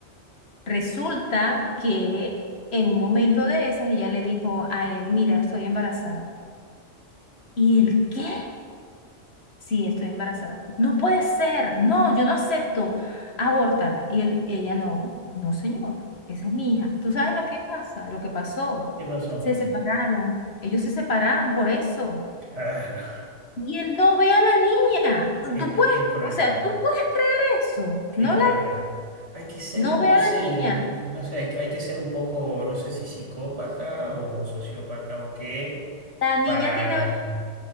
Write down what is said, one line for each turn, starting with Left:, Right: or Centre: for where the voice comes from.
Left: Resulta que en un momento de esas ella le dijo a él, mira, estoy embarazada. ¿Y él qué? Sí, estoy embarazada. No puede ser, no, yo no acepto, abórtala. Y él, ella no, no señor, esa es mi hija. ¿Tú sabes lo que pasa, lo que pasó?
Right: ¿Qué pasó?
Left: Se separaron, ellos se separaron por eso.
Right: Claro,
Left: Y él no ve a la niña. Tú
Right: qué,
Left: tú puedes,
Right: qué crueldad,
Left: o sea, tú puedes creer eso.
Right: qué
Left: No
Right: crueldad.
Left: la,
Right: Hay que ser,
Left: no
Right: no
Left: ve a
Right: sé,
Left: la niña.
Right: no sé, hay, hay que ser un poco, no sé si psicópata o sociópata o qué,
Left: La niña
Right: para,
Left: tiene ahorita...